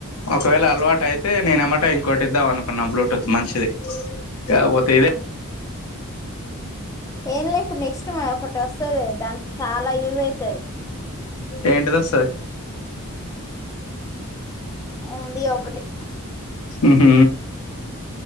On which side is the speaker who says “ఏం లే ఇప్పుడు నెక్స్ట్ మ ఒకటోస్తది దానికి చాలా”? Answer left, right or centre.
Left